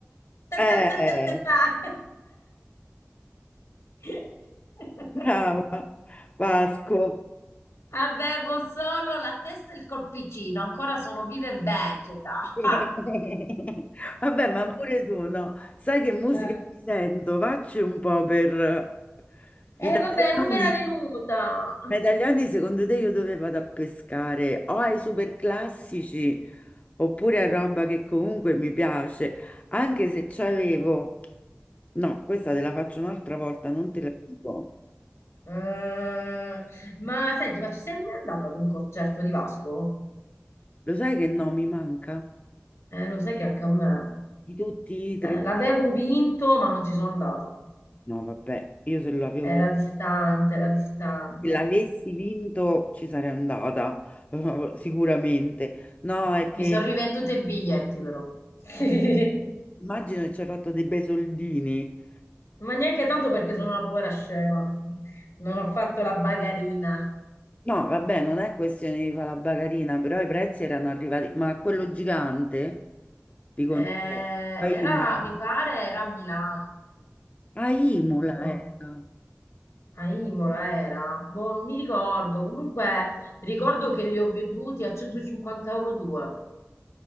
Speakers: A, on the left (about 85°); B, on the left (about 30°).
A: Ta,
B: Eh,
A: ta, ta, ta, ta, ta. <laughs>
B: brava Vasco.
A: Avevo solo la testa e il corpicino, ancora sono viva e vegeta.
B: <laughs>
A: Ah.
B: Vabbè, ma pure tu, no? Sai che musica
A: Eh.
B: mi sento? Vacci un po' per eh,
A: Eh,
B: italiani.
A: vabbè, non me era venuta.
B: Ma italiani, secondo te, io dove vado a pescare? O ai super classici oppure a roba che comunque mi piace, anche se c'avevo. No, questa te la faccio un'altra volta, non te la dico.
A: Eh, ma senti, ma ci sei mai andata ad un concerto di Vasco?
B: Lo sai che no, mi manca?
A: Eh, lo sai che anche a me.
B: Di tutti i
A: Eh,
B: tre.
A: l'avevo vinto, ma non ci sono andata.
B: No, vabbè, io se lo avevo.
A: Era distante, era distante.
B: Se l'avessi vinto ci sarei andata, <laughs> sicuramente. No, è che
A: Mi sono rivenduto i biglietti però. <laughs> Sì.
B: immagino che ci hai fatto dei bei soldini.
A: Ma neanche tanto perché sono una povera scema. Non ho fatto la bagarina.
B: No, vabbè, non è questione di fare la bagarina, però i prezzi erano arrivati. Ma quello gigante di concerto
A: Eh,
B: a
A: era,
B: Imola,
A: mi pare, era a Milano.
B: a Imola
A: Non so,
B: era.
A: a Imola era. Boh, non mi ricordo. Comunque ricordo che li ho venduti a 150 euro due.